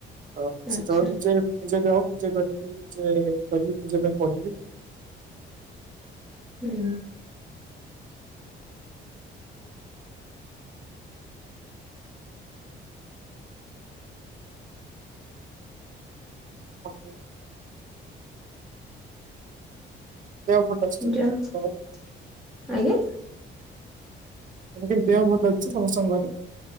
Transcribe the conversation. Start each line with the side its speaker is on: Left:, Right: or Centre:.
Right: ଆଉ
Centre: ଆଚ୍ଛା
Right: ସେତୋବେଳେ ନିଜେ ନିଜେ <unintelligible> ନିଜ ପାଇଁ ବଢ଼ିବି ଆଉ।
Centre: ହୁଁ।
Right: <unintelligible> <unintelligible>
Centre: <unintelligible>
Right: ମୁଁ
Centre: ଆଜ୍ଞା।
Right: ମୁଁ କହିନି ଦେହ ଭଲ ଅଛି ତ ସମସ୍ତଙ୍କ ଘରେ?